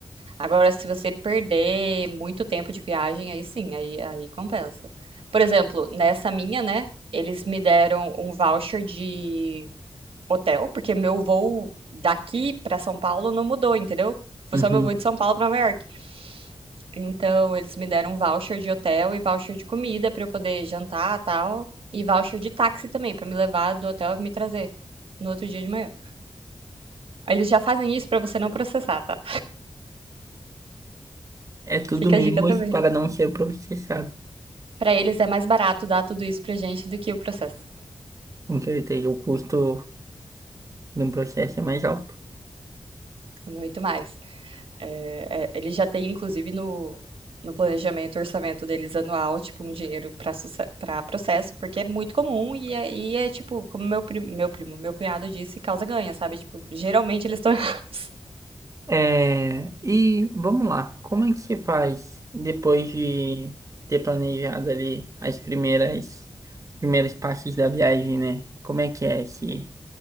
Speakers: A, on the right; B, on the right.
A: Agora, se você perder muito tempo de viagem, aí sim, aí, aí compensa. Por exemplo, nessa minha, né? Eles me deram um voucher de hotel, porque meu voo daqui pra São Paulo não mudou, entendeu? Foi
B: Uhum.
A: só meu voo de São Paulo pra Nova York. Então, eles me deram um voucher de hotel e voucher de comida pra eu poder jantar, e tal, e voucher de táxi também pra me levar do hotel e me trazer no outro dia de manhã. Eles já fazem isso pra você não processar, tá?
B: É tudo
A: Fica
B: mimos
A: a dica também.
B: para não ser processado.
A: Pra eles é mais barato dar tudo isso pra gente do que o processo.
B: Com certeza, o custo num processo mais alto.
A: Muito mais. É, é, eles já têm, inclusive, no, no planejamento, orçamento deles anual, tipo, um dinheiro para para processo, porque é muito comum e é, e é tipo, como meu, pri- meu primo, meu cunhado disse, causa ganha, sabe? Tipo, geralmente eles estão <laughs> errados.
B: É, e vamos lá, como é que você faz depois de ter planejado ali as primeiras, os primeiros passos da viagem, né? Como é que é esse